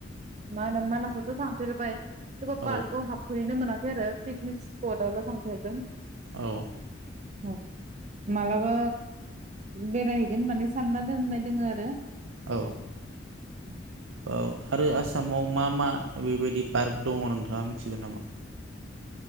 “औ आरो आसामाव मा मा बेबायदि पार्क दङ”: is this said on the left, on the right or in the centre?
Right